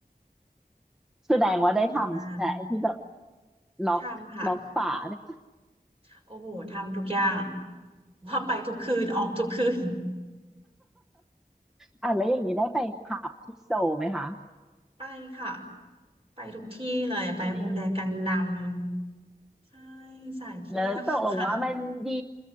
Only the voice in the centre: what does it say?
แสดงว่าได้ทำใช่ไหมไอ้ที่แบบ
ล็อกล็อกฝาเนี่ย
อ่ะแล้วอย่างนี้ได้ไปผับที่โซลไหมคะ
นี่
แล้วตกลงว่ามันดี